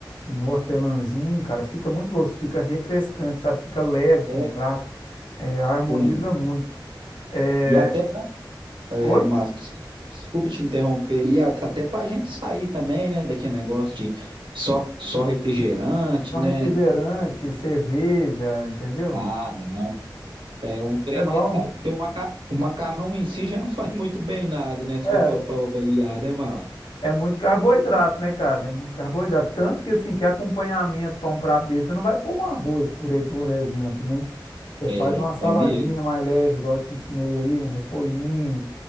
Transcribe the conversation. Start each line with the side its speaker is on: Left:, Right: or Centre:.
Left: um hortelãzinho, cara, fica muito gostoso, fica refrescante, sabe? Fica leve com
Right: É,
Left: o prato, é, harmoniza
Right: tem.
Left: muito. É,
Right: E até pra. É,
Left: oi?
Right: mas desculpa te interromper. E a- até pra gente sair também, né? Daquele negócio de só, só refrigerante,
Left: Só
Right: né?
Left: refrigerante, cerveja, entendeu?
Right: Ah, não. É um trem
Left: É, é, é bom.
Right: mais. sa- Porque o, maca... o macarrão em si já não <laughs> faz muito bem nada, né? Se
Left: É,
Right: for para avaliar, né, Mar?
Left: É muito carboidrato, né, cara? É muito carboidrato. Tanto que, assim, que acompanhamento para um prato desse, você não vai pôr um arroz, por aí, por exemplo, né? Você faz
Right: É,
Left: uma saladinha
Right: é mesmo.
Left: mais leve, igual eu te ensinei aí, um repolhinho,